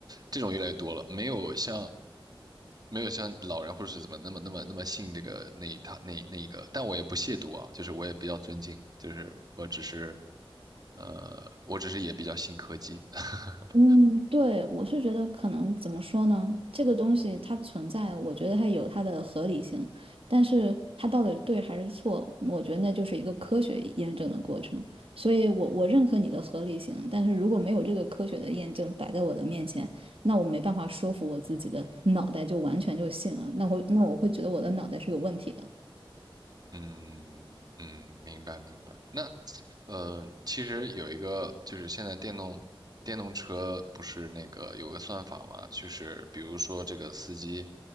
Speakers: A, on the right (about 45°); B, on the right (about 80°).
A: 这种越来越多了，没有像没有像老人或者是怎么那么那么那么信这个那一套那那一个。但我也不亵渎啊，就是我也比较尊敬，就是我只是呃，我只是也比较信科技。<laughs>
B: 嗯，对，我是觉得可能怎么说呢？这个东西它存在，我觉得它有它的合理性，但是它到底对还是错，我觉得那就是一个科学验证的过程。所以我，我认可你的合理性，但是如果没有这个科学的验证摆在我的面前，那我没办法说服我自己的脑袋就完全就信了，那会那我会觉得我的脑袋是有问题的。
A: 嗯嗯，明白明白。那呃，其实有一个就是现在电动电动车不是那个有个算法嘛，就是比如说这个司机，